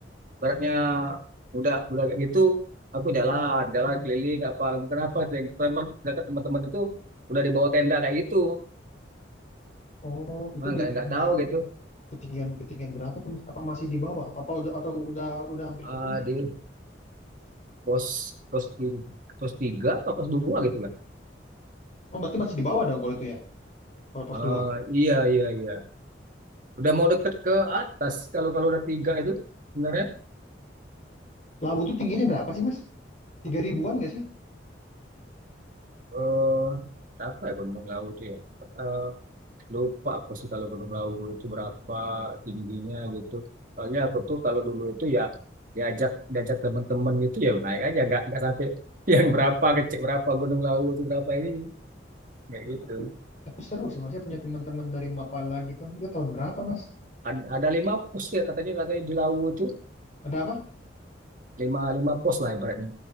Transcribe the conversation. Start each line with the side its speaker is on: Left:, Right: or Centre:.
Right: Baratnya udah udah kayak gitu aku jalan jalan keliling apa kenapa teman teman teman-teman itu udah dibawa tenda kayak gitu
Left: Oh itu
Right: Ah, nggak
Left: di
Right: nggak
Left: di
Right: tahu gitu
Left: ketinggian ketinggian berapa tuh Mas? Apa masih di bawah? Apa udah atau udah udah hampir
Right: Ah,
Left: ke puncak
Right: di
Left: gitu?
Right: pos pos ti- pos tiga atau pos dua gitu lah
Left: Oh berarti masih di bawah dong kalau itu ya kalau pos
Right: Ah,
Left: dua
Right: iya iya iya udah mau deket ke atas kalau kalau udah tiga itu sebenarnya
Left: Labu tuh tingginya berapa sih Mas? Tiga ribuan nggak sih?
Right: eh berapa ya Gunung Lawu itu ya Eh, Lupa aku sih kalau Gunung Lawu itu berapa tingginya gitu. Soalnya aku tuh kalau dulu itu ya diajak diajak teman-teman gitu ya naik aja nggak nggak sampai <laughs> yang berapa kecil berapa Gunung Lawu itu berapa ini kayak
Left: Oh,
Right: gitu.
Left: tapi tapi seru sih Mas. Saya punya teman-teman dari Mapala gitu. Itu tahun berapa Mas?
Right: Ad- Ada, lima pos ya katanya katanya di Lawu itu
Left: Ada apa?
Right: lima lima pos lah ibaratnya.